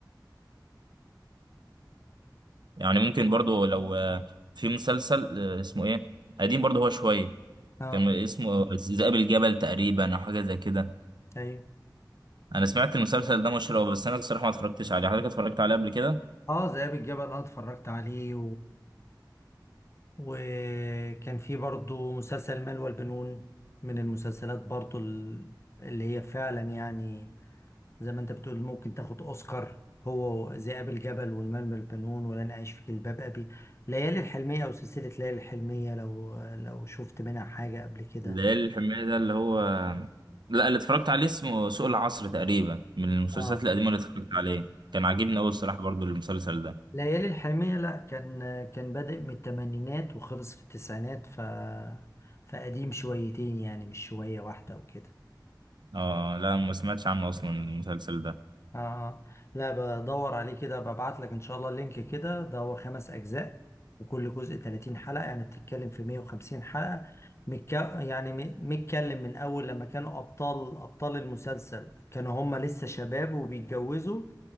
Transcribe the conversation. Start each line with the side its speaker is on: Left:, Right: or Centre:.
Right: يعني ممكن برضه لو آه، في مسلسل آه، اسمه إيه قديم برضه هو شوية
Left: اه
Right: كان اسمه ذئاب الجبل تقريبا أو حاجة زي كده
Left: ايوه
Right: أنا سمعت المسلسل ده مشهور أوي، بس أنا الصراحة ما اتفرجتش عليه حضرتك اتفرجت عليه قبل كده
Left: اه ذئاب الجبل اه اتفرجت عليه وكان في برضو مسلسل المال والبنون من المسلسلات برضو ال- اللي هي فعلا يعني زي ما انت بتقول ممكن تاخد اوسكار هو ذئاب الجبل والمال والبنون ولن اعيش في جلباب ابي ليالي الحلمية او سلسلة ليالي الحلمية لو لو شفت منها حاجة قبل كده
Right: ده إيه الحمية ده اللي هو لا اللي اتفرجت عليه اسمه سوق العصر تقريبا من المسلسلات
Left: اه
Right: القديمة اللي اتفرجت عليه كان عاجبني أوي الصراحة برضو المسلسل ده
Left: ليالي الحلمية لا كان كان بادئ من الثمانينات وخلص في التسعينات ف فقديم شويتين يعني مش شوية واحدة وكده
Right: اه لا ما سمعتش عنه أصلا المسلسل ده
Left: اه آه. لا بدور عليه كده ببعت لك ان شاء الله اللينك كده ده هو خمس اجزاء وكل جزء 30 حلقة يعني بتتكلم في 150 حلقة متك... يعني م- متكلم من اول لما كانوا ابطال ابطال المسلسل كانوا هم لسه شباب وبيتجوزوا